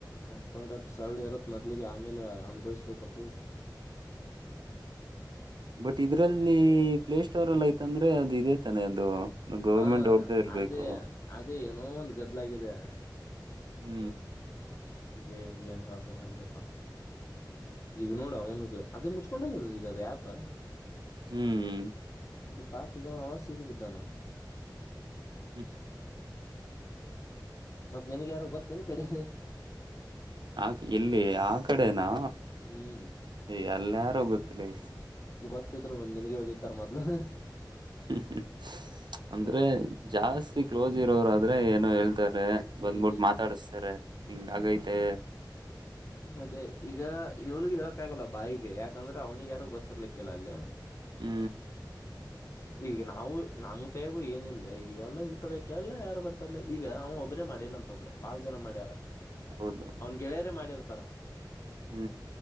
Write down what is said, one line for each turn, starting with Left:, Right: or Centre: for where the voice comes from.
Left: ಅನ್ಕೊಂಡಟ್ ಸರಳ ಇರತ್ ಮೊದ್ಲಿಗೆ ಆಮೇಲೆ ಅನುಭವಿಸ್ಬೇಕಪ್ಪೋ.
Right: ಬಟ್ಟ್ ಇದ್ರಲ್ಲಿ ಪ್ಲೇ ಸ್ಟೋರ್ ಅಲ್ಲಿ ಐತಂದ್ರೆ ಅದು ಇದೆ ತಾನೆ ಅದು. ನ ಗೌರ್ಮೆಂಟ್
Left: ಹಾ
Right: ಅರವ್ದೇ ಇರ್ಬೇಕು.
Left: ಅದೇ ಅದೇ ಏನೋ ಒಂದ್ ಗದ್ಲಾಗಿದೆ.
Right: ಹು
Left: ಏ ಏನ್ ಹೇಳಾಕ್ ಬರಲೆಪ್ಪ ಈಗ ನೋಡ. ಹಂಗ ಅದೇ ಮುಚ್ಕೊಂಡದ ಈಗ ಅದು ಆ್ಯಪ.
Right: ಹು ಹು
Left: ಈ ಪಾಪ ಈಗವವಾ ಸಿಗ ಬಿದ್ದಾನ.
Right: ಹು
Left: ಮತ್ತ ನಿನಗ ಯಾರ ಗೊತ್ತೇನ ಕಡೆ
Right: ಆಕ ಎಲ್ಲಿ ಆ ಕಡೆನಾ
Left: ಹ್ಮ್
Right: ಎ ಎಲ್ಲಾರು ಗೊತ್ತಿಲ್ಲ ಲೆ.
Left: ಗೊತ್ತಿದ್ರು ಬಂದ್ ನಿನಗೆ ಒದಿತ್ತಾರ ಮೊದ್ಲು.
Right: ಹು ಹು ಅಂದ್ರೆ ಜಾಸ್ತಿ ಕ್ಲೋಸ್ ಇರೋರು ಆದ್ರೆ ಏನೋ ಹೇಳ್ತಾರೆ.
Left: ಹ್ಮ್
Right: ಬಂದ್ಬಿಟ್ಟು
Left: ಹ್ಮ್
Right: ಮಾತಾಡಸ್ತಾರೆ ಹಿಂಗ ಆಗೈತೆ.
Left: ಅದೇ ಈಗ ಇವ್ನಿಗೆ ಹೇಳಕ್ ಆಗಲ್ಲ ಬಾಯಿಗೆ ಯಾಕಂದ್ರೆ ಅವ್ನಿಗೆ ಯಾರು ಗೊತ್ತರ್ಲಿಕ್ಕಿಲ್ಲ ಅಲ್ಲೆ.
Right: ಹು
Left: ಈಗ ನಾವು ನಮ್ಮ ಕೈಯಗೂ ಏನಿಲ್ಲೆ ಈಗವೆಲ್ಲ ಇಂತವುಕೆಲ್ಲಾ ಯಾರು ಬರ್ತಾರಲ್ಲ ಈಗ ಅವ ಒಬ್ಬನೇ ಮಾಡಿಲ್ಲಂತ. ತ್ತದ ಬಾಳ ಜನಾ ಮಾಡ್ಯಾರಾ.
Right: ಹೌದನು
Left: ಗೆಳೆಯರ ಮಾಡಿರ್ತಾರ.
Right: ಹು